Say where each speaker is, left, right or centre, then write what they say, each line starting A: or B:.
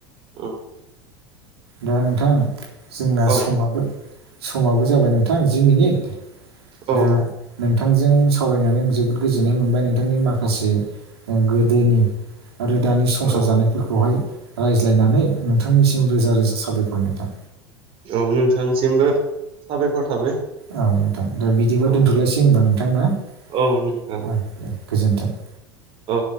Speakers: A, on the right; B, on the right.
A: ओम।
B: दा नोंथां जोंना
A: औ
B: समाबो समाबो जाबाय नोंथां जि मिनिट
A: औ
B: दा नोंथांजों सावरायनानै आं जोबोद गोजोननाय मोनबाय नोंथांनि माखासे ओ गोदोनि आरो दानि संसार
A: औ
B: जानायफोरखौहाय रायज्लायनानै नोंथांनिसिम रोजा रोजा बेखौ नोंथां
A: औ नोंथांसिमबो साबायखर थाबाय।
B: औ नोंथां दा बिदिबो
A: औ
B: दोनथ'लायसै होमबा नोंथां ना?
A: औ नोंथां
B: <inaudible> दे गोजोनथों। <inaudible>
A: औ